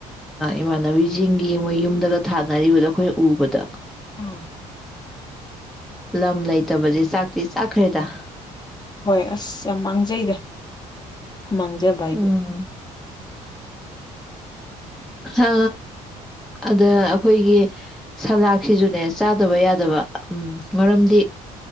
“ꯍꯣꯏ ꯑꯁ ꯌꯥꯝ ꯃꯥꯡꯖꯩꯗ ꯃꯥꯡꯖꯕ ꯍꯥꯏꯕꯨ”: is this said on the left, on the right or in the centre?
Left